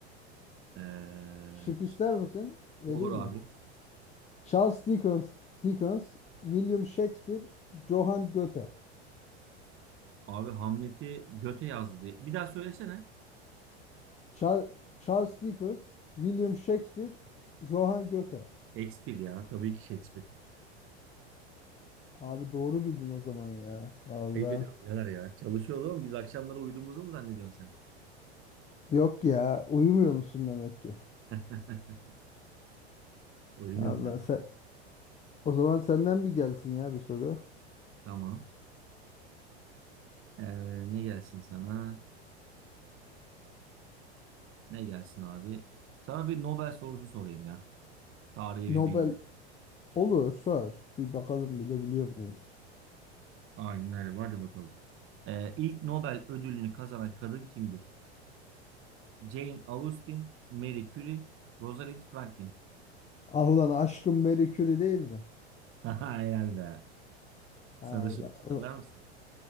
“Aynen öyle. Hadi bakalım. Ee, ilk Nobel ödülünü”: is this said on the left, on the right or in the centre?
Right